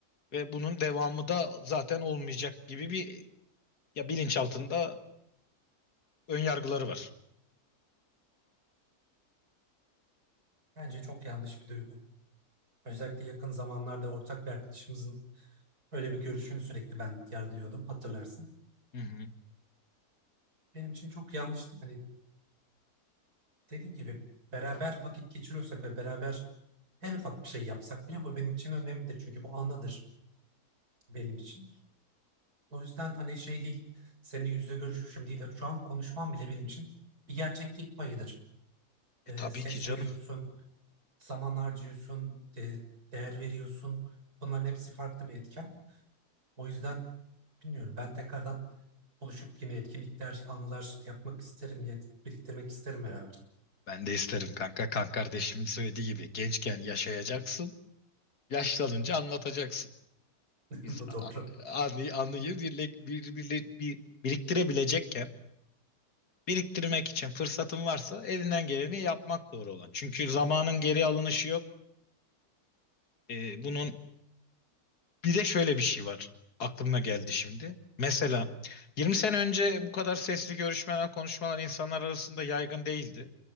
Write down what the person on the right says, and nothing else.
Bence çok yanlış bir duygu. Özellikle yakın zamanlarda ortak bir arkadaşımızın öyle bir görüşünü sürekli ben yargılıyordum. Hatırlarsın.
Benim için çok yanlıştı. Hani dediğim gibi beraber vakit geçiriyorsak ve beraber en ufak bir şey yapsak bile bu benim için önemlidir. Çünkü bu anıdır. benim için. O yüzden hani şey değil, seninle yüz yüze görüşmüşüm değil. Şu an konuşmam bile benim için bir gerçeklik payıdır.
E,
ses
veriyorsun, zaman harcıyorsun, e, değer veriyorsun. Bunların hepsi farklı bir etken. O yüzden bilmiyorum ben tekrardan buluşup yine etkinlikler, anılar yapmak isterim, ya- biriktirmek isterim beraber.
<laughs>
Bu
doğru.